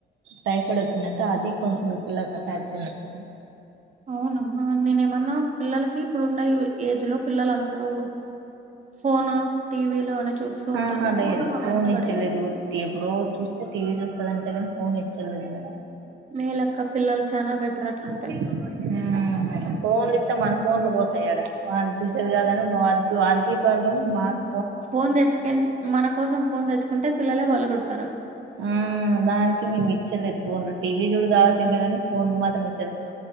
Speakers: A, on the right (about 80°); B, on the right (about 35°).
A: టైఫాయిడ్ వచ్చిందంట అది కొంచెం ఈ పిల్లకి అటాచ్ అయినట్టుంది.
B: అవును నేనేమన్నా పిల్లలకి ఇప్పుడు ఉన్న ఏజ్ లో పిల్లలందరూ. ఫోను టీవీలు అన్ని చూస్తూ ఉంటారు
A: ఆహా
B: కదా
A: లేదు ఫోన్
B: అందుకు
A: ఇచ్చలేదు
B: అడిగా.
A: ఎప్పుడో చూస్తే టీవీ చూస్తదంతేగాని ఫోన్ ఇచ్చలేదండి.
B: మేలక్క పిల్లలు చానా బెటర్ అట్లుంటే.
A: ఉమ్ ఫోన్లు ఇస్తే మన ఫోన్లు పోతాయడ వాళ్ళు చూసేది కాదని ఇక వాళ్ళ వాళ్ళకి ప్రాబ్లం మాక్
B: ఫోన్ తెచ్చుకనే మన కోసం ఫోన్ తెచ్చుకుంటే పిల్లలే పళ్ల కొడతారు.
A: ఆహ్ దానికి మేము ఇచ్చలేదు ఫోన్లు టీవీ చూడు కావాల్సి ఉంటే గాని ఫోన్ మాత్రం ఇచ్చలేదు.